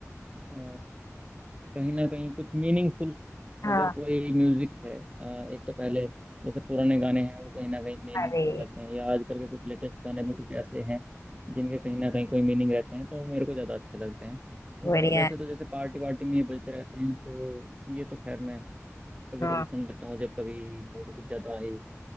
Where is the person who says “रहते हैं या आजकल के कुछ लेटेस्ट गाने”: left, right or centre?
Right